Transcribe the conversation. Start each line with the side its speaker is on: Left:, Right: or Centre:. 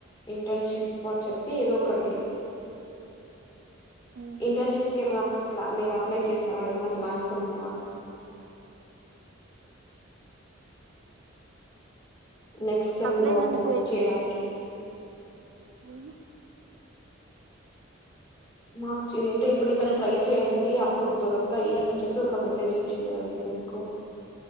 Left: ఇంటర్న్షిప్ పోని చెప్పి ఏదో ఒకటి
Right: ఉమ్
Left: ఇంటర్న్షిప్స్కి ఏమైనా మీరు అప్లై చేస్తారా ఏమైనా ప్లాన్స్ ఉన్నాయా నెక్స్ట్ సెమ్
Right: అప్లై
Left: లో
Right: ఏం చెయ్
Left: చేయడానికి
Right: ఉహు
Left: మాకు ఉంటే ఇప్పుడుకనే ట్రై చేయండి అప్పుడు దొరుకుతాయి. అని చెప్పి ఒక మెసేజ్ వచ్చింది. రీసెంట్ కు